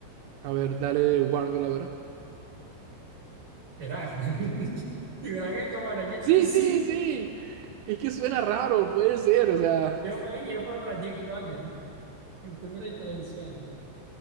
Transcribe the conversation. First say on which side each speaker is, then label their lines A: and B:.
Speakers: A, on the right (about 80°); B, on the right (about 45°).
A: A ver, dale One Girl, a ver.
B: ¿Será? <laughs> Y Granger como la Jeep.
A: Sí,
B: Sí,
A: sí, sí. Es que suena raro, puede ser. O sea,
B: yo me guié por la Jeep Granger. Cultura y tradiciones.